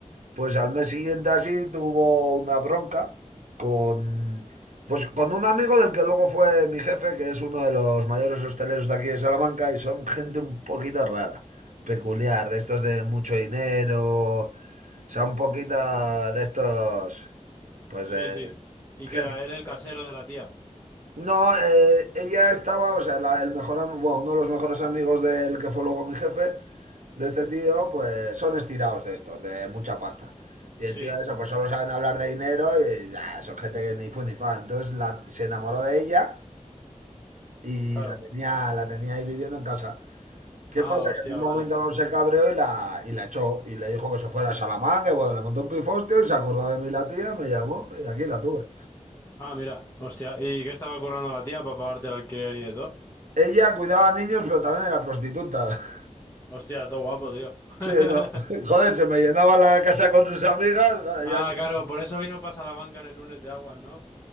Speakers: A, on the right; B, on the left.
A: Pues al mes siguiente así tuvo una bronca con, pues con un amigo del que luego fue mi jefe, que es uno de los mayores hosteleros de aquí de Salamanca y son gente un poquito rara, peculiar, de estos de mucho dinero, o sea, un poquito de estos, pues
B: Sí,
A: de
B: sí. Y
A: gente.
B: que era él el casero de la tía.
A: No, eh, ella estaba, o sea, la- el mejor, am- bueno, uno de los mejores amigos del que fue luego mi jefe de este tío, pues son estirados de estos, de mucha pasta. Y
B: Sí,
A: el tío de eso, pues solo saben hablar de dinero y ah, son gente que ni fu ni fa. Entonces la- se enamoró de ella y
B: claro.
A: la tenía, la tenía ahí viviendo en casa. ¿Qué
B: Ah,
A: pasa?
B: hostia,
A: Que en un
B: vale.
A: momento dado se cabreó y la, y la echó y le dijo que se fuera a Salamanca y bueno, le montó un pifostio y se acordó de mí la tía, me llamó y aquí la tuve.
B: Ah, mira, hostia. ¿Y qué estaba currando la tía para pagarte el alquiler y de todo?
A: Ella cuidaba a niños, pero también era prostituta. <laughs>
B: Hostia, todo guapo, tío.
A: Sí,
B: <laughs>
A: no. <laughs> Joder, se me llenaba la casa con sus amigas. joder,
B: Ah,
A: y aquí-
B: claro, por eso vino para Salamanca en el lunes de aguas, ¿no?